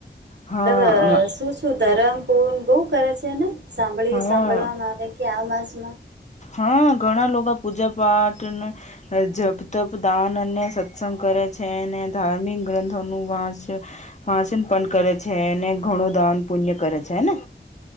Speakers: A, on the left; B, on the right.
A: હા
B: મતલબ શું શું ધરમ પૂણ બોઉ કરે છે ને સાંભળી
A: હા
B: સાંભળવામાં આવે કે આ માસમાં
A: હા ઘણા લોકા પૂજા પાઠ ને હ જપ, તપ, દાન અને સત્સંગ કરે છે ને ધાર્મિક ગ્રંથોનું વાંચ વાચન પણ કરે છે અને ઘણું દાન પુન્ય કરે છે હને